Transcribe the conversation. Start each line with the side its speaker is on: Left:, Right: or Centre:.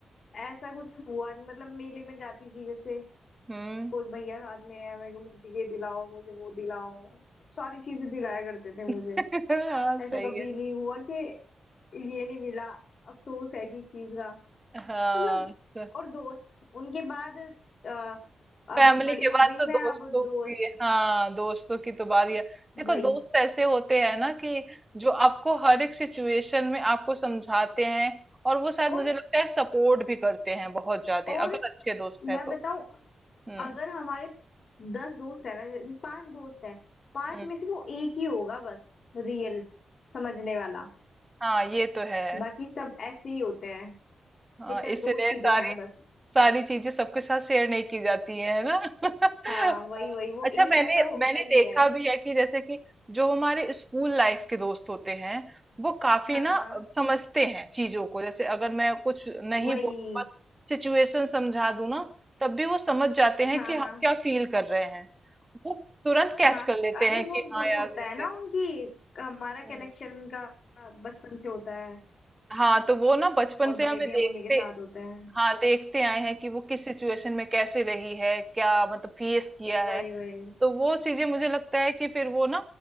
Left: ऐसा कुछ हुआ नहीं मतलब मेले में जाती थी जैसे
Right: हुँ।
Left: कोई भैया साथ में है मैं को मुझे ये दिलाओ मुझे वो दिलाओ सारी चीजें दिलाया करते थे मुझे
Right: <laughs> हाँ, सही
Left: ऐसा कभी
Right: है।
Left: नहीं हुआ कि ये नहीं मिला अफसोस है किस चीज का
Right: हाँ,
Left: मतलब
Right: तो
Left: और दोस्त उनके बाद अ, अब
Right: फैमिली
Left: बड़ी
Right: के
Left: हो
Right: बाद
Left: गई
Right: तो
Left: मैं
Right: दोस्तों
Left: अब दोस्त
Right: की हाँ, दोस्तों की तो बारी है। देखो
Left: वही
Right: दोस्त ऐसे होते हैं ना कि जो आपको हर एक सिचुएशन में आपको समझाते हैं और वो शायद
Left: और
Right: मुझे लगता है सपोर्ट भी करते हैं बहुत ज़्यादा
Left: और
Right: अगर अच्छे दोस्त हैं
Left: मैं
Right: तो।
Left: बताऊं
Right: हुँ,
Left: अगर हमारे दस दोस्त है ना पांच दोस्त है पांच
Right: हुँ।
Left: में से वो एक ही होगा बस रियल समझने वाला
Right: हाँ, ये तो है।
Left: बाकी सब ऐसे ही होते हैं
Right: हाँ,
Left: कि चल
Right: इसलिए
Left: दोस्त ही
Right: सारी
Left: तो हैं बस
Right: सारी चीजें सबके साथ शेयर नहीं की जाती हैं, है ना? <laughs>
Left: हाँ
Right: अ,
Left: वही वही वो
Right: अच्छा
Left: एक
Right: मैंने
Left: ऐसा होता
Right: मैंने
Left: ही
Right: देखा
Left: है
Right: भी है कि जैसे कि जो हमारे स्कूल लाइफ के दोस्त होते हैं, वो काफी
Left: हाँ
Right: ना
Left: हाँ
Right: अ, समझते हैं चीजों को। जैसे अगर मैं कुछ नहीं
Left: वही
Right: बोलूँ बस सिचुएशन समझा दूँ ना, तब भी वो समझ जाते हैं
Left: हाँ
Right: कि हम
Left: हाँ
Right: क्या फील कर रहे हैं। वो तुरंत कैच
Left: हाँ
Right: कर लेते
Left: अरे
Right: हैं
Left: वो
Right: कि हाँ
Left: वही
Right: यार,
Left: होता
Right: ऐसे
Left: है ना उनकी हमारा
Right: हुँ।
Left: कनेक्शन का बचपन से होता है
Right: हाँ, तो वो ना बचपन
Left: और
Right: से
Left: बड़े
Right: हमें
Left: भी
Right: देखते
Left: हम उन्हीं के साथ होते हैं
Right: हाँ देखते आए हैं कि वो किस सिचुएशन में कैसे रही है क्या मतलब फेस किया
Left: वही
Right: है
Left: वही
Right: तो वो चीजें मुझे लगता है कि फिर वो ना